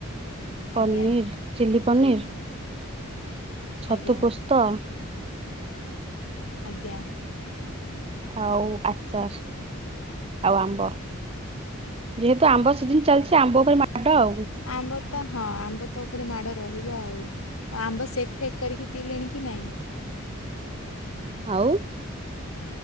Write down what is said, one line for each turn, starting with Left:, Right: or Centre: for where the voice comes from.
Left: ଆଜ୍ଞା
Right: ପନିର ଚିଲ୍ଲି ପନିର ଛତୁ
Left: ଆଜ୍ଞା
Right: ପୋସ୍ତ
Left: ଆଜ୍ଞା।
Right: ଆଉ ଆଚାର ଆଉ ଆମ୍ବ ଯେହେତୁ ଆମ୍ବ ସି ଜିନ ଚାଲିଚି ଆମ୍ବ ଉପରେ ମାଡ଼ ଆଉ।
Left: ଆମ୍ବ ତ ହଁ ଆମ୍ବ ତ ଉପରେ ମାଡ଼ ରହିବ ଆଉ। ଆମ୍ବ ସେକ୍ ଫେକ୍ କରିକି ପିଇଲେଣି କି ନାଇଁ?
Right: ଆଉ?